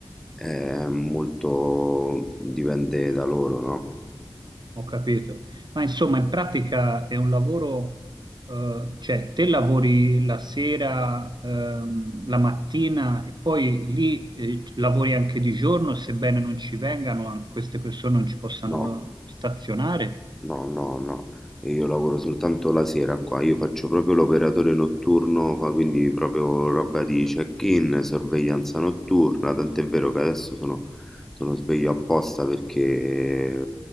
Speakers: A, in the centre; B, on the right.
A: è molto dipende da loro, no?
B: Ho capito. Ma insomma, in pratica è un lavoro, eh, cioè te lavori la sera, ehm, la mattina e poi lì, eh, lavori anche di giorno, sebbene non ci vengano, an- queste persone non ci possano
A: No.
B: stazionare.
A: No, no, no, e io lavoro soltanto la sera qua, io faccio proprio l'operatore notturno, fa- quindi proprio roba di check-in, sorveglianza notturna, tant'è vero che adesso sono, sono sveglio apposta perché eh,